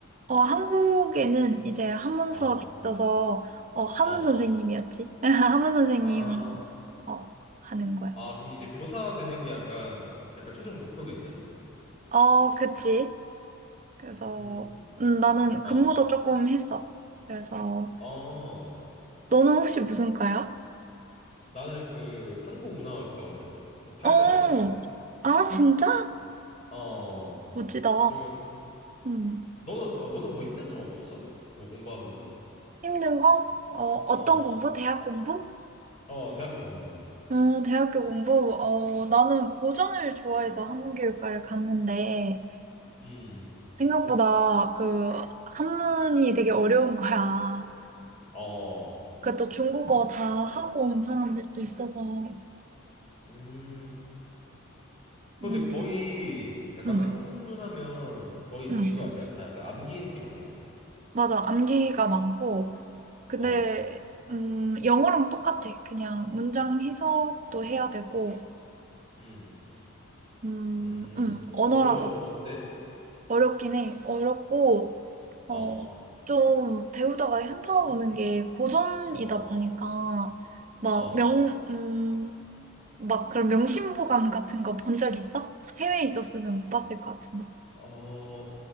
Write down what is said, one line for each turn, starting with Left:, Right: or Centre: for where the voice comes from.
Right: 어, 한국에는 이제 한문
Left: 어,
Right: 수업이 있어서, 어, 한문
Left: 어,
Right: 선생님이었지? <laughs> 한문 선생님,
Left: 아,
Right: 어, 하는 거야.
Left: 아 그럼 이제 교사 되는 게 약간 약간 최종 목표겠네.
Right: 어, 그치. 그래서,
Left: 음,
Right: 음, 나는
Left: 어,
Right: 근무도 조금 했어. 그래서,
Left: 어,
Right: 너는 혹시 무슨 과야?
Left: 나는 그 항공운항학과거든. 그 파일럿
Right: 어,
Left: 되는 거.
Right: 아, 진짜?
Left: 어,
Right: 멋지다.
Left: 그래가지고
Right: 음.
Left: 너는 어, 너는 뭐 힘든 점 없었어? 뭐 공부하면서?
Right: 힘든 거? 어, 어떤
Left: 어,
Right: 공부? 대학 공부?
Left: 어, 대학교 공부.
Right: 음 대학교 공부, 어, 나는 고전을 좋아해서 한문교육과를 갔는데,
Left: 음,
Right: 생각보다 그, 한문이 되게 어려운 거야.
Left: 어,
Right: 그 또 중국어 다 하고 온 사람들도 있어서,
Left: 음. 그런데
Right: 음,
Left: 거의 약간
Right: 음,
Left: 학문하면 거의 다
Right: 음.
Left: 그거 아니야? 다 약간 암기 느낌 아니야?
Right: 맞아. 암기가 많고, 근데,
Left: 어,
Right: 음, 영어랑 똑같아. 그냥 문장 해석도 해야 되고,
Left: 음.
Right: 음,
Left: 음.
Right: 음, 언어라서
Left: 그거 어려워? 어때?
Right: 어렵긴 해. 어렵고,
Left: 어,
Right: 어, 좀 배우다가 현타오는 게 고전이다
Left: 어,
Right: 보니까, 막
Left: 어.
Right: 명, 음, 막 그런 명심보감 같은 거 본 적 있어? 해외에 있었으면 못 봤을 것 같은데.
Left: 어,